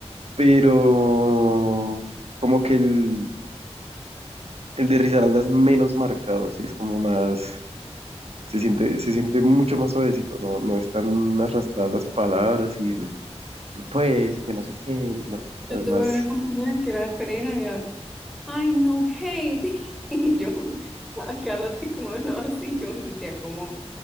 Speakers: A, on the right; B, in the centre.
A: Pero como que el, el de Risaralda es menos marcado, sí, es como más, se siente, se siente mucho más suavecito, no, no están arrastradas las palabras y el, el pues y que no sé qué, no, no
B: Yo
A: es
B: tuve
A: más...
B: una compañera que era de Pereira Ay, no, Heidi. <laughs> Y yo, agárrate como no, así yo me sentía como,